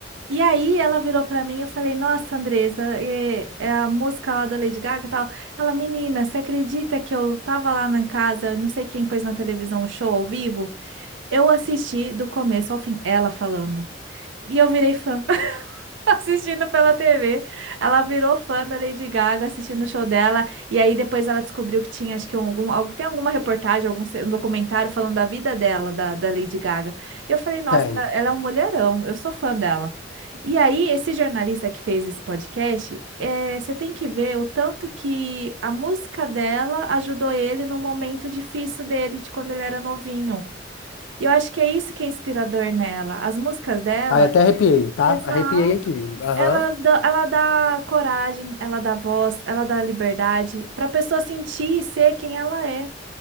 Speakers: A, on the right (about 80°); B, on the left (about 75°).
A: E aí ela virou pra mim e eu falei, nossa, Andresa, é, é a música lá da Lady Gaga e tal. Ela, menina, você acredita que eu tava lá na casa, não sei quem pôs na televisão um show ao vivo? Eu assisti do começo ao fim, ela falando. E eu virei fã <laughs> assistindo pela TV. Ela virou fã da Lady Gaga, assistindo o show dela. E aí depois ela descobriu que tinha, acho que algum, al- tem alguma reportagem, algum se- um documentário falando da vida dela, da, da Lady Gaga. E eu falei, nossa,
B: tem.
A: ela ela é um mulherão, eu sou fã dela. E aí, esse jornalista que fez esse podcast, é, você tem que ver o tanto que a música dela ajudou ele no momento difícil dele, de quando ele era novinho. E eu acho que é isso que é inspirador nela. As músicas dela.
B: Aí até arrepiei, tá?
A: Exato.
B: Arrepiei aqui. Aham.
A: Elas dá ela dá coragem, ela dá voz, ela dá liberdade para a pessoa sentir e ser quem ela é.